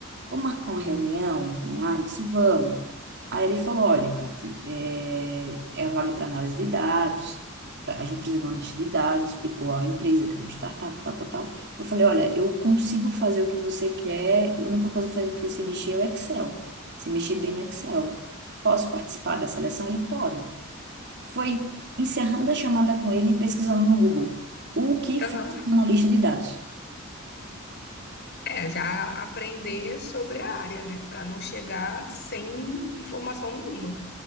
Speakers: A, on the right (about 55°); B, on the left (about 55°).
A: vamos marcar uma reunião online? Eu Disse, vamos. Aí ele falou, olha, Cati, é, é a vaga para análise de dados, pra- a gente precisa de uma lista de dados, explicou a empresa, que era uma startup, tal, tal, tal. Eu falei, olha, eu consigo fazer o que você quer, a única coisa que eu sei mexer é o Excel, se mexer bem no Excel. Posso participar da seleção? Ele pode. Foi encerrando a chamada com ele e pesquisando no Google, o que
B: Aham.
A: faz um analista de dados?
B: É, já aprender sobre a área, né? Pra não chegar sem informação nenhuma.